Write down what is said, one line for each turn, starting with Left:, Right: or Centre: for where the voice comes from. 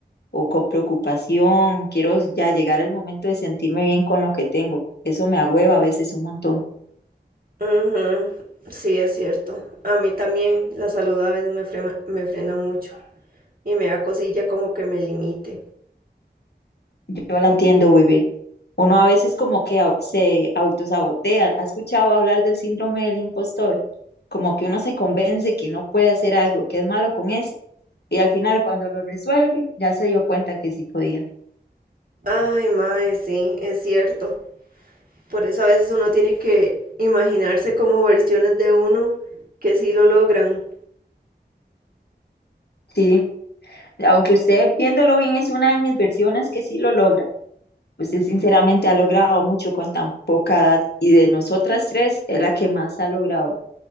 Left: o con preocupación, quiero ya llegar al momento de sentirme bien con lo que tengo. Eso me agüeva a veces un montón.
Right: Ujú, Sí, es cierto. A mí también la salud a veces me frena, me frena mucho y me da cosilla como que me limite.
Left: Yo la entiendo, bebé. Uno a veces como que au- se autosabotea. ¿Ha escuchado hablar del síndrome del impostor? Como que uno se convence que no puede hacer algo, que es malo con eso, y al final cuando lo resuelve, ya se dio cuenta que sí podía.
Right: Ay, mae, sí, es cierto. Por eso a veces uno tiene que imaginarse como versiones de uno que sí lo logran.
Left: Sí, aunque usted viéndolo bien es una de mis versiones que sí lo logra. Usted sinceramente ha logrado mucho con tan poca edad y de nosotras tres es la que más ha logrado,